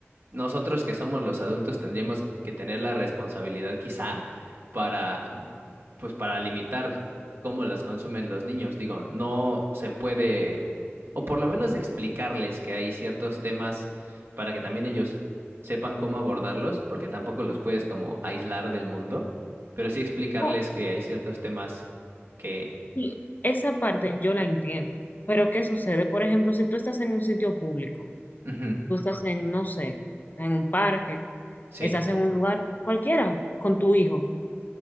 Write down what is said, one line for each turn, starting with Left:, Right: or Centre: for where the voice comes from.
Right: nosotros que somos los adultos tendríamos que tener la responsabilidad quizá para, pues para limitar cómo las consumen los niños. Digo, no se puede, o por lo menos explicarles que hay ciertos temas para que también ellos sepan cómo abordarlos, porque tampoco los puedes como aislar del mundo, pero sí explicarles
Left: Oh,
Right: que hay ciertos temas que,
Left: sí, esa parte yo la entiendo, pero ¿qué sucede? Por ejemplo, si tú estás en un sitio público,
Right: ujú,
Left: tú estás en, no sé, en un parque,
Right: sí,
Left: estás en un lugar cualquiera con tu hijo